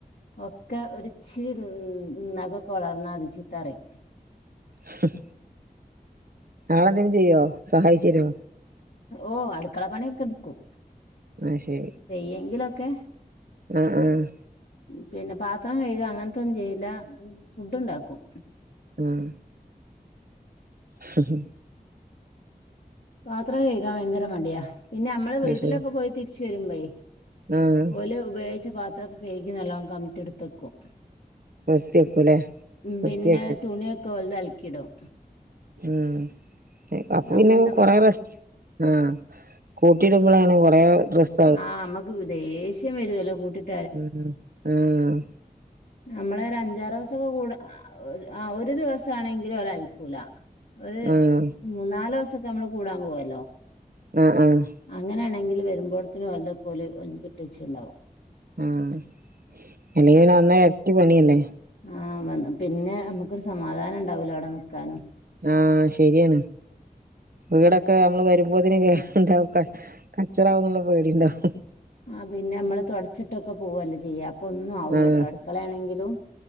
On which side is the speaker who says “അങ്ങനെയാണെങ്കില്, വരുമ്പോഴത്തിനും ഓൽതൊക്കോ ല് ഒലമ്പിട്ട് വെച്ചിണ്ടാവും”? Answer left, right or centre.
Left